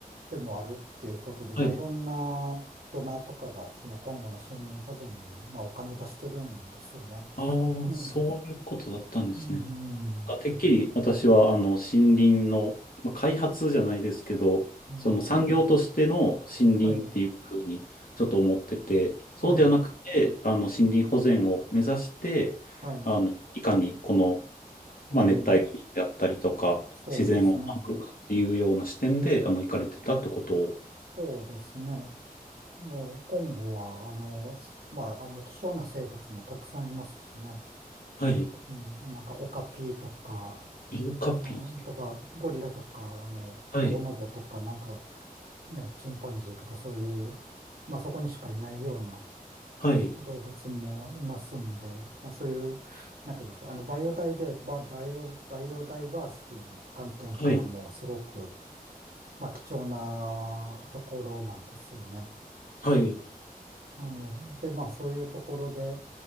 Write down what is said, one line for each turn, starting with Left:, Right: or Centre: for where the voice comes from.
Right: でもあるっていうことで、
Left: はい、
Right: まあ、いろんなドナーとかが、その今後の森林保全に、まあ、お金出してるんですよね。
Left: ああ、
Right: うん。
Left: そういうことだったんですね。
Right: うん。
Left: なんかてっきり私は、あの、森林の、まあ、開発じゃないですけど、
Right: うん。
Left: その産業としての森林っていうふうにちょっと思ってて、
Right: はい。
Left: そうではなくて、
Right: はい。
Left: あの、森林保全を目指して、
Right: はい。
Left: あの、いかにこの、まあ、
Right: うん。
Left: 熱帯雨林であったりとか、
Right: そうですね。
Left: 自然を守るかっていうような視点で、あの、行かれてたってことを
Right: そうですね。もう、今後は、あの、すまあ、あの、希少な生物もたくさんいますしね。
Left: はい。
Right: なんか、うん、なんかオカピとか、
Left: 色カピ。
Right: えーとか、ゴリラとか、あの、
Left: はい。
Right: ボノボとか、なんか、ね、チンパンジーとかそういう、まあ、そこにしかいないような
Left: はい。
Right: 動物もいますんで、まあ、そういう、なんて言いますか、あの、バイオダイベ、バ、ダイオ、バイオダイバーシティの観点からも、
Left: はい。
Right: すごく、まあ、貴重なところなんですよね。
Left: はい。
Right: あの、で、まあ、そういうところで、